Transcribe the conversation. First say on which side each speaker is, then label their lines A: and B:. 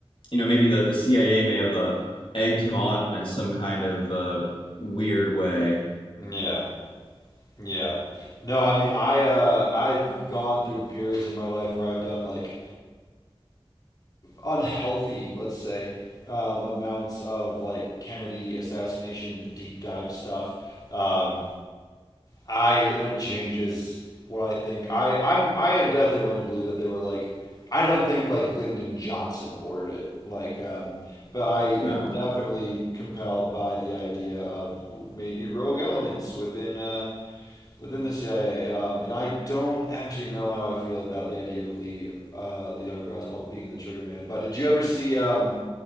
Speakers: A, on the left; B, on the left.
A: you know, maybe the, the CIA may have uh, egged him on in some kind of uh, weird way.
B: Yeah, yeah. No, I mean, I uh, I've gone through periods in my life where I've done like unhealthy, let's say, um, amounts of like Kennedy assassination deep dive stuff. Um, I and it changes what I think. I I'm I am definitely willing to believe that they were like I don't think like Lyndon Johnson ordered it. Like um but I am
A: No,
B: definitely compelled by the idea of maybe rogue elements within uh within the CIA. Um and I don't actually know how I feel about the idea of Lee uh Lee Harvey Oswald being the trigger man. But did you ever see um